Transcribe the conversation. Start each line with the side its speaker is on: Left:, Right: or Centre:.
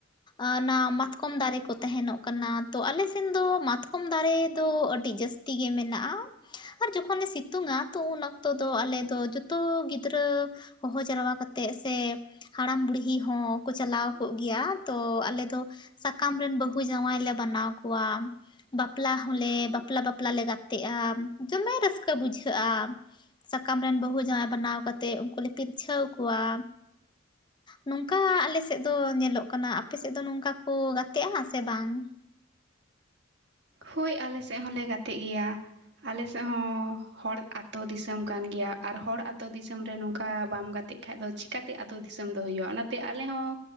Left: ᱚᱱᱟ ᱢᱟᱛᱠᱚᱢ ᱫᱟᱨᱮ ᱠᱚ ᱛᱟᱦᱮᱱᱚᱜ ᱠᱟᱱᱟ ᱛᱚ ᱟᱞᱮ ᱥᱮᱱ ᱫᱚ ᱢᱟᱛᱠᱚᱢ ᱫᱟᱨᱮ ᱫᱚ ᱟᱹᱰᱤ ᱡᱟᱹᱥᱛᱤ ᱛᱤᱜᱮ ᱢᱮᱱᱟᱜᱼᱟ ᱟᱨ ᱡᱚᱠᱷᱚᱱ ᱮ ᱥᱤᱛᱩᱝᱟ ᱛᱚ ᱩᱱ ᱚᱠᱛᱚ ᱫᱚ ᱟᱞᱮ ᱫᱚ ᱡᱚᱛᱚ ᱜᱤᱫᱽᱨᱟᱹ ᱦᱚᱦᱚ ᱡᱟᱣᱨᱟ ᱠᱟᱛᱮᱫ ᱥᱮ ᱦᱟᱲᱟᱢ ᱵᱩᱲᱦᱤ ᱦᱚᱸᱠᱚ ᱪᱟᱞᱟᱣ ᱠᱚᱜ ᱜᱮᱭᱟ ᱛᱚ ᱟᱞᱮ ᱫᱚ ᱦᱟ ᱥᱟᱠᱟᱢ ᱨᱮᱱ ᱵᱟᱹᱦᱩ ᱡᱟᱶᱟᱭ ᱞᱮ ᱵᱮᱟᱱᱟᱣ ᱠᱚᱣᱟ ᱵᱟᱯᱞᱟ ᱦᱚᱸᱞᱮ ᱵᱟᱯᱞᱟᱞᱟ ᱵᱟᱯᱞᱟ ᱞᱮ ᱜᱟᱛᱮᱜᱼᱟ ᱫᱚᱢᱮ ᱨᱟᱹᱥᱠᱟᱹ ᱵᱩᱡᱷᱟᱹᱜᱼᱟ ᱥᱟᱠᱟᱢ ᱨᱮᱱ ᱵᱟᱹᱦᱩ ᱡᱟᱶᱟᱭ ᱵᱮᱱᱟᱣ ᱠᱟᱛᱮᱫ ᱩᱱᱠᱩ ᱞᱮ ᱯᱤᱨᱪᱷᱟᱹᱣ ᱠᱚᱣᱟ ᱱᱚᱝᱠᱟ ᱟᱞᱮ ᱥᱮᱫ ᱫᱚ ᱧᱮᱞᱚᱜ ᱠᱟᱱᱟ ᱟᱯᱮ ᱥᱮᱫ ᱫᱚ ᱱᱚᱝᱠᱟ ᱠᱚ ᱜᱟᱛᱮᱜᱼᱟ ᱥᱮ ᱵᱟᱝ
Right: ᱦᱳᱭ ᱟᱞᱮ ᱥᱮᱫ ᱦᱚᱸᱞᱮ ᱜᱟᱛᱮᱜ ᱜᱮᱭᱟ ᱟᱞᱮ ᱥᱮᱫ ᱦᱚᱸ ᱦᱚᱲ ᱟᱛᱳ ᱫᱤᱥᱚᱢ ᱠᱟᱱ ᱜᱮᱭᱟ ᱟᱨ ᱦᱚᱲ ᱟᱛᱳ ᱫᱤᱥᱚᱢ ᱨᱮ ᱱᱚᱝᱠᱟ ᱵᱟᱢ ᱜᱟᱛᱮᱜ ᱠᱷᱟᱱᱡ ᱫᱚ ᱪᱤᱠᱟ ᱪᱮᱠᱟᱛᱮ ᱟᱛᱳ ᱫᱤᱥᱚᱢ ᱫᱚ ᱦᱩᱭᱩᱜᱼᱟ ᱚᱱᱟᱛᱮ ᱟᱞᱮ ᱦᱚᱸ